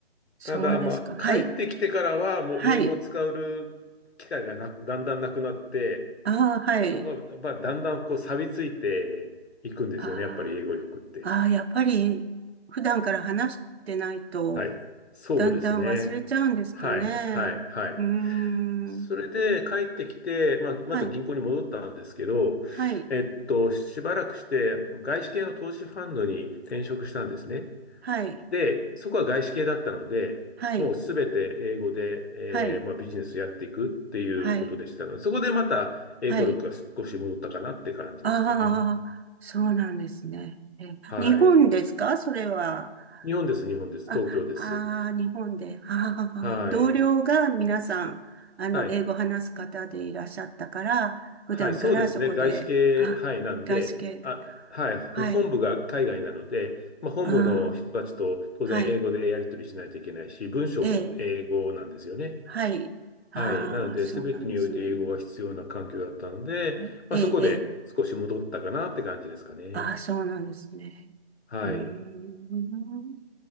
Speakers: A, on the right (about 75°); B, on the left (about 80°).
A: そうですか。
B: ただ、まあ、
A: はい。
B: 帰ってきてからはもう英語を使う機会がなく、
A: はい。
B: だんだんなくなって、
A: ああ、はい。
B: なんか、まあ、だんだんこう錆びついていくんですよね。
A: あ
B: やっぱり英語力って。
A: あ、ああ、やっぱり、普段から話してないと、
B: はい。そうですね。
A: だんだん忘れちゃうんですかね。
B: はい、はい、はい。
A: うーん。
B: それで帰ってきて、まあ、また銀行に戻ったんですけど、
A: はい。はい。
B: えっと、しばらくして、外資系の投資ファンドに転職したんですね。
A: はい。
B: で、そこは外資系だったので、
A: はい。
B: もうすべて英語で、えーまあ、
A: はい、
B: ビジネスやっていくっていうことでしたので、
A: はい、
B: そこでまた英語力が少し戻ったかなって感じですかね。
A: はい。ああ、そうなんですね。え、
B: はい。
A: 日本ですかそれは。
B: 日本です、日本です。
A: あ、
B: 東京です。
A: ああ、日本で。ああ、
B: はい。
A: 同僚が皆さん、あの、
B: はい。
A: 英語話す方でいらっしゃったから、普段からそこで、
B: はい、そうですね。外資系、
A: あ、
B: はい、なんで、
A: 外資系だ。
B: あ、はい、あの本部が海外なので、
A: はい、
B: まあ、本部の人たちと当然英語でやり取りしないといけないし、
A: ああ、はい、
B: 文章も英語なんですよね。
A: ええ、はい。ああ、
B: はい。なので、
A: そうなんですね。
B: すべてにおいて英語が必要な環境だったので、
A: はいええ、
B: まあ、そこで少し戻ったかなって感じですかね。
A: ええ、ああ、そうなんですね。
B: はい。
A: うーん。